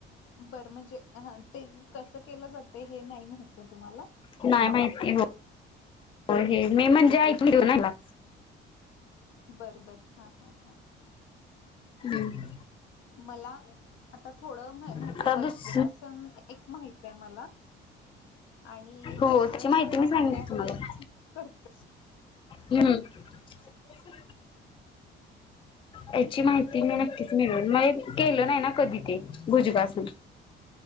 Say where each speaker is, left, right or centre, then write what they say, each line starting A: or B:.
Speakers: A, on the left; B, on the left.
A: बर म्हणजे ह ते कसं केलं जाते हे नाही माहित आहे तुम्हाला!
B: नाही माहिती हो हो हे मी म्हणजे ऐक घेऊनला.
A: बर बर हा हा हा...
B: हम्.
A: मला आता थोडं माहित
B: आता
A: आहे, वज्रासन
B: दुस
A: एक माहित आहे मला. आणि
B: हो
A: दुसरं
B: त्याची माहिती
A: सुखचं
B: मी सांगितली
A: काय
B: तुम्हाला.
A: आपण करतोच.
B: हम्म.. <unintelligible> याची माहिती मी नक्कीच मिळून म केलं नाही ना कधी. भुजंगासन